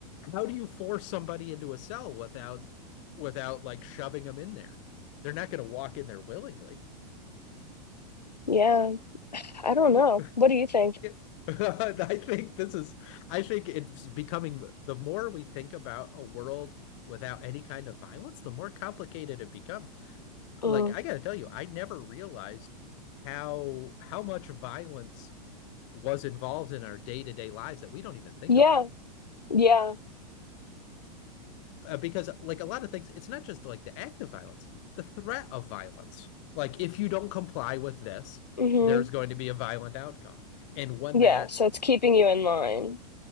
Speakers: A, on the left; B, on the left.
A: how do you force somebody into a cell without without like shoving them in there? They're not going to walk in there willingly.
B: Yeah. I don't
A: <laughs>
B: know. What do you think?
A: Yeah. <laughs> I think this is I think it's becoming the more we think about a world without any kind of violence, the more complicated it becomes. Like
B: Mm.
A: I got to tell you, I never realized how how much violence was involved in our day-to-day lives that we don't even think
B: Yeah,
A: about
B: yeah.
A: uh, because like a lot of things, it's not just like the act of violence, the threat of violence. Like if you don't comply with this,
B: hmm
A: there's going to be a violent outcome. And when
B: Yeah,
A: that,
B: so it's keeping you in line.